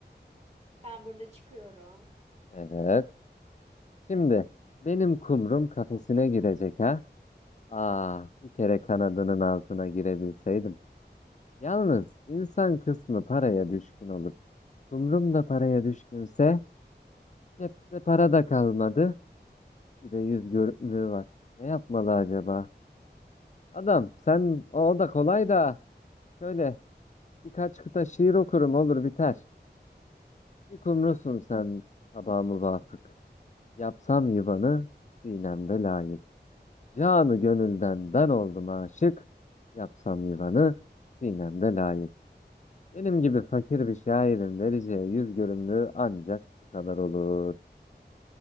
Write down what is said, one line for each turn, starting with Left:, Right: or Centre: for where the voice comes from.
Right: Ben burada çıkıyorum.
Left: Evet. Şimdi benim kumrum kafesine girecek ha. Ah, bir kere kanadının altına girebilseydim. Yalnız insan kısmı paraya düşkün olur. Kumrum da paraya düşkünse cepte para da kalmadı. Bir de yüz görümlüğü var. Ne yapmalı acaba? Adam sen o, o da kolay da şöyle birkaç kıta şiir okurum olur biter. Bir kumrusun sen sabah muvafık. Yapsam yuvanı sinemde layık. Canı gönülden ben oldum aşık. Yapsam yuvanı sinemde layık. Benim gibi fakir bir şairin vereceği yüz görümlüğü ancak bu kadar olur.